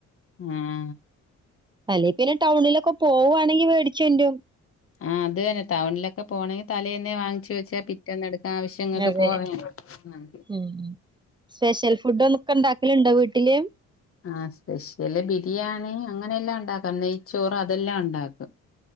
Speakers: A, on the left; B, on the right.
A: ആഹ്
B: അല്ലേ പിന്നെ ടൗണിലൊക്കെ പോവാണെങ്കി മേടിച്ചെന്റരും.
A: ആഹ് അത് തന്നെ ടണിലൊക്കെ പോണെങ്കി തലേന്നെ വാങ്ങിുവെച്ചാ പിറ്റന്നെ എടുക്ക ആവശ്യംങ്ങൾക്ക്
B: അതെ
A: പോവേ.. ഉം
B: ഉം സ്പെഷ്യൽ ഫുഡ് ഒന്നൊക്കെ ഇണ്ടാക്കലുണ്ടോ വീട്ടില്
A: ആഹ സ്പെഷ്യല് ബിരിയാണി അങ്ങനെയെല്ലാം ഉണ്ടാക്കാം നെയ്ച്ചോറ് അതെല്ലാംണ്ടാക്കും.